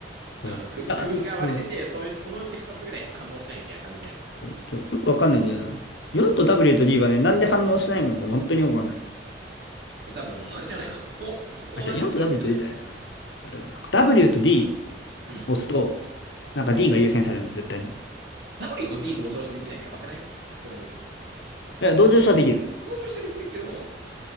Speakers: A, on the right; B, on the left.
A: あの、
B: そう。
A: く、
B: いや、
A: 区分が割れてて、
B: うん
A: そ、そのうち2つぐらいしか反応しないみたいな感じじゃん。
B: そうそうそうよくわかんないんだよな。4と W と D はね、なんで反応しないのか本当によくわかんない。
A: え、多分、あれじゃないのそこ、そこ同じ区切りじゃないの
B: あ、じゃあ4と W と D じゃないな。えっとね、なんか W と D
A: うん。
B: 押すと、なんか D が優先されるの、絶対に。い
A: W と D 同乗してできないのやばくないさすがに。
B: や、同情しはできる。
A: 同乗してできるけど、